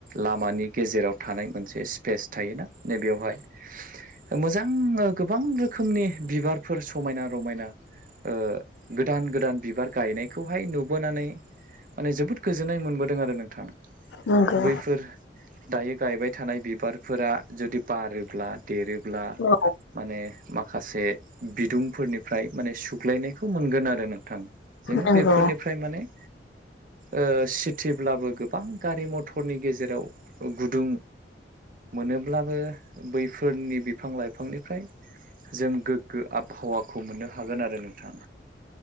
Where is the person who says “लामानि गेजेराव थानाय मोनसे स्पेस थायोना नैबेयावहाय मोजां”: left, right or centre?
Right